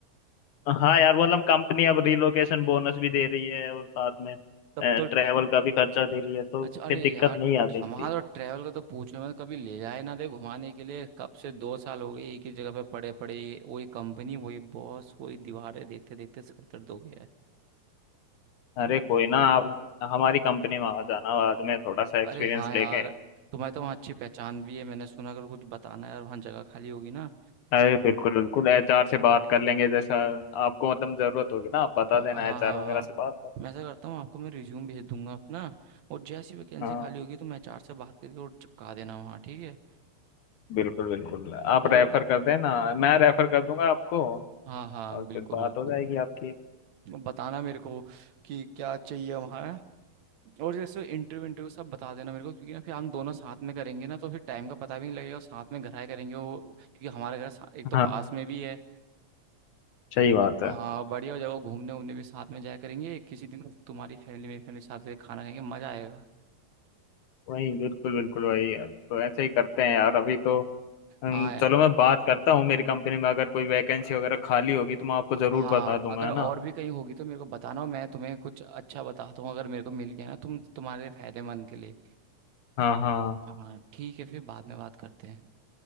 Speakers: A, on the left; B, on the right.
A: हाँ यार मतलब कंपनी अब रिलोकेशन बोनस भी दे रही है और साथ में
B: तब
A: ट्रेवल
B: तो
A: का भी खर्चा दे रही है तो
B: अच्छा अरे
A: फिर दिक्कत
B: यार
A: नहीं आती इतनी
B: हमारा तो ट्रैवल का तो पूछो मैं कभी ले जाए ना दे घुमाने के लिए कब से दो साल हो गए एक ही जगह पे पड़े पड़े ये- वही कंपनी वही बॉस वही दीवारें देखते देखते सर दर्द हो गया है
A: अरे कोई ना आप हमारी कंपनी में आ जाना बाद में थोड़ा सा एक्सपीरियंस
B: अरे हाँ यार
A: लेके
B: तुम्हें तो वहाँ अच्छी पहचान भी है मैंने सुना अगर कुछ बताना है यार वहाँ जगह खाली होगी ना
A: अरे बिल्कुल बिल्कुल एचआर से बात कर लेंगे जैसा आपको मतलब जरूरत होगी ना आप
B: ब-
A: बता
B: हाँ
A: देना
B: हाँ
A: एचआर वगैरह
B: हाँ
A: से बात
B: मैं ऐसा करता हूँ आपको मैं रिज्यूम भेज दूंगा अपना और जैसी वैकेंसी
A: कर
B: खाली होगी तो मैं एचआर से बात करके और चिपका देना वहाँ ठीक है
A: बिल्कुल बिल्कुल आप
B: और
A: रेफर
B: अ,
A: कर देना मैं रेफर कर दूंगा आपको
B: हाँ हाँ
A: और
B: बिल्कुल
A: फिर बात
B: बिल्कुल
A: हो जाएगी आपकी
B: बताना मेरे को कि क्या चाहिए हमारा और जैसे इंटरव्यू इंटरव्यू सब बता देना मेरे को क्योंकि ना फिर हम दोनों साथ में करेंगे ना तो फिर टाइम का पता भी नहीं लगेगा और साथ में घर आए करेंगे वो क्योंकि हमारा घर सा- एक तो
A: हाँ
B: पास में भी है
A: सही बात है
B: हाँ बढ़िया हो जाएगा घूमने उमने भी साथ में जाया करेंगे किसी दिन तुम्हारी फैमिली मेरी फैमिली साथ में खाना खाएंगे मजा आएगा
A: वही बिल्कुल बिल्कुल वही है। तो ऐसे ही करते हैं यार अभी तो अम,
B: हाँ यार
A: चलो मैं बात करता हूँ मेरी कंपनी में अगर कोई वैकेंसी
B: अ,
A: वगैरह खाली होगी तो मैं आपको जरूर
B: हाँ
A: बता दूंगा
B: अगर
A: है
B: और
A: ना
B: भी कहीं होगी तो मेरे को बताना और मैं तुम्हें कुछ अच्छा बताता हूँ अगर मेरे को मिल गया ना तुम तुम्हारे फायदेमंद के लिए
A: हाँ हाँ
B: हाँ ठीक है फिर बाद में बात करते हैं